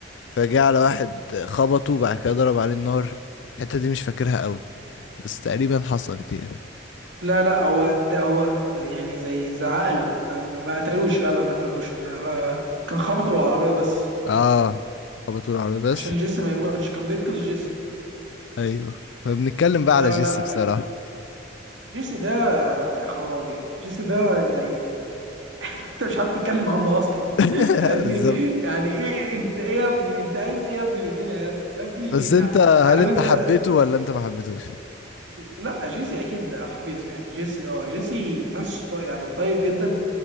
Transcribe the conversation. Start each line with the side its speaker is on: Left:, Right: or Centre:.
Left: فجاء على واحد خبطه وبعد كده ضرب عليه النار الحتة دي مش فاكرها قوي بس تقريبا حصلت دي
Right: لا لا هو ده هو ده يعني زي زعقله ما قتلوش لا لا ما قتلوش انا آه كان خبطه بالعربيه بس
Left: اه خبطوا العربية بس
Right: عشان جيسي ما يموتش كان بينقذ جيسي
Left: ايوه فبنتكلم بقى
Right: آه
Left: على جيسي
Right: لا
Left: بصراحة
Right: جيسي ده يا خرابي جيسي ده زي <laughs> انت مش عارف تتكلم عنه اصلا
Left: <laughs>
Right: <laughs> فاهمني
Left: بالظبط
Right: يعني ايه انت ايه يا ابني انت عايز ايه يا ابني من الدنيا يا ابني يا ابني
Left: بس انت
Right: أنا- عارف
Left: هل انت
Right: انت
Left: حبيته ولا انت ما حبيتوش
Right: لا جيسي اكيد لا حبيته يعني جيسي اه جيسي تحس طي- يعني طيب جدا